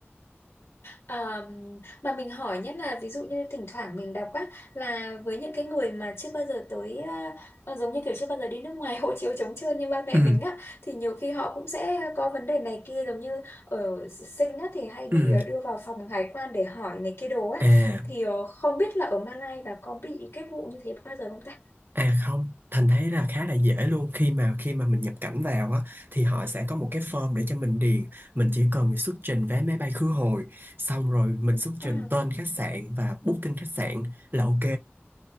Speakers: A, on the left; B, on the right.
A: Ờ, mà mình hỏi nhất là ví dụ như thỉnh thoảng mình đọc á là với những cái người mà chưa bao giờ tới ờ, ờ, giống như kiểu chưa bao giờ đi nước ngoài <laughs> hộ chiếu trống trơn như ba mẹ
B: Ừ.
A: mình á thì nhiều khi họ cũng sẽ có vấn đề này kia giống như ở sinh á thì hay bị
B: Ừ.
A: ờ, đưa vào phòng hải quan để hỏi này kia đồ á
B: À
A: thì ờ, không biết là ở Malaysia là có bị cái vụ như thế bao giờ không ta?
B: À không, Thành thấy là khá là dễ luôn khi mà khi mà mình nhập cảnh vào á thì họ sẽ có một cái form để cho mình điền, mình chỉ cần xuất trình vé máy bay khứ hồi, xong rồi mình xuất trình
A: À,
B: tên khách sạn và booking khách sạn là ok.